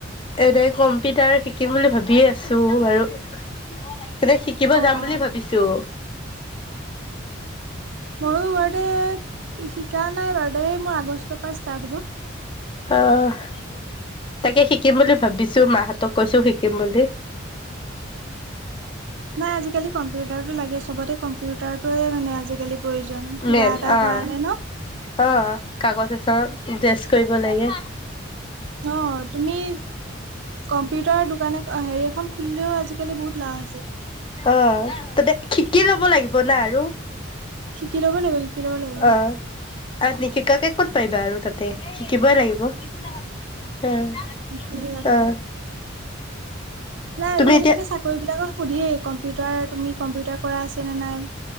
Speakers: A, on the left; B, on the right.
A: এনে কম্পিউটাৰ শিকিম বুলি ভাবিয়ে আছোঁ বাৰু। এতিয়া শিকিব
B: অ',
A: যাম বুলি
B: অ',
A: ভাবিছোঁ।
B: ময়োও এইবাৰতে শিকা নাই বাৰ্ডে মোৰ আগষ্টৰ পৰা ষ্টাৰ্ট হ'ব।
A: অ'। তাকে শিকিম বুলি ভাবিছোঁ, মাহঁতক কৈছো শিকিম বুলি।
B: নাই আজিকালি কম্পিউটাৰটো লাগে চবতে কম্পিউটাৰটোয়ে মানে আজিকালি প্ৰয়োজন কিবা
A: মেইন
B: এটা
A: অ'।
B: কাৰণে ন।
A: অ কাগজ <unintelligible> ডেষ্ট কৰিব লাগে।
B: অ', তুমি কম্পিউটাৰ দোকানে হেৰি এখন খুলিলেও আজিকালি বহুত লাভ আছে।
A: অ', তাতে শিকি ল'ব লাগিব না আৰু।
B: শিকি ল'ব লাগিব, শিকি ল'ব লাগিব।
A: অ। আৰু নিশিকাকে ক'ত পাৰিবা আৰু তাতে শিকিবই লাগিব অ'।
B: সি আছে।
A: অ।
B: নাই
A: তুমি
B: আজিকালি
A: এতিয়া
B: মানে চাকৰিবিলাকত সুধেই কম্পিউটাৰ, তুমি কম্পিউটাৰ কৰা আছে নে নাই?